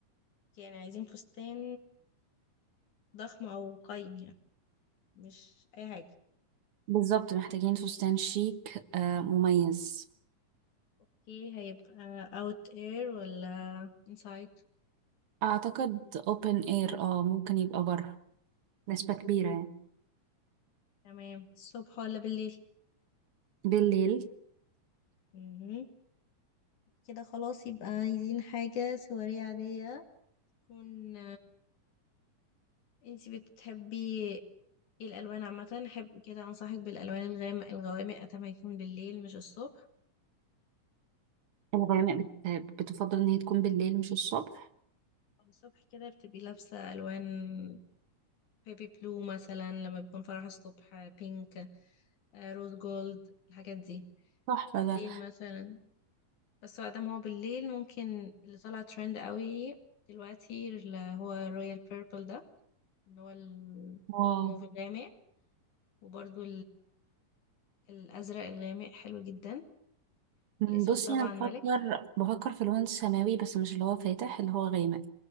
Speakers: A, on the left; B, on the right.
A: يعني عايزين فستان ضخم او قايم يعني مش اي حاجة
B: بالظبط محتاجين فستان شيك آه مميز
A: اوكي هيبقى اوت اير ولا انسايد
B: أعتقد open air اه ممكن يبقى بره نسبة كبيرة يعني
A: تمام الصبح ولا بالليل؟
B: بالليل
A: مهم. كده خلاص يبقى عايزين حاجة سواري عادية تكون انتي بتحبي ايه الالوان عامه احب كده انصحك بالالوان الغامق الغوامق اتمنى يكون بالليل مش الصبح
B: الغيماء بت- بتفضل إن هي تكون بالليل مش الصبح
A: أو الصبح كده بتبقي لابسه الوان بيبي بلو مثلا لما بيكون فرح الصبح بينك آه، روز جولد الحاجات دي
B: تحفة
A: بالليل
B: ده
A: مثلا بس بعد ما دام هو بالليل ممكن اللي طلع ترند قوي دلوقتي اللي هو رويال بيربل ده اللي هو الموف
B: واو
A: الغامق وبرده الازرق الغامق حلو جدا
B: مم،
A: الاسود
B: بصي
A: طبعا
B: انا بفكر
A: ملك
B: بفكر في لون سماوي بس مش اللي هو فاتح اللي هو غامق